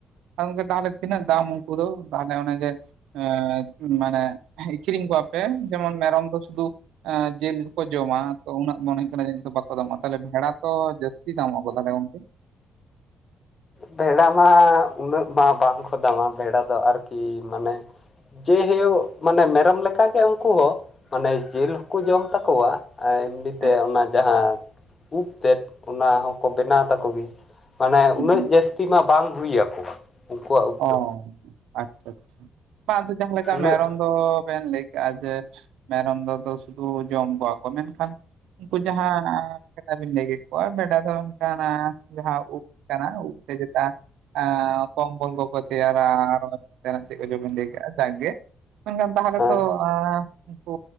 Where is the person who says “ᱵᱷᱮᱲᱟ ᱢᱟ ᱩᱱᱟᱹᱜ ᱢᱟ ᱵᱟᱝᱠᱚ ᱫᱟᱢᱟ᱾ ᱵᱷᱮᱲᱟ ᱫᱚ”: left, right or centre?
Left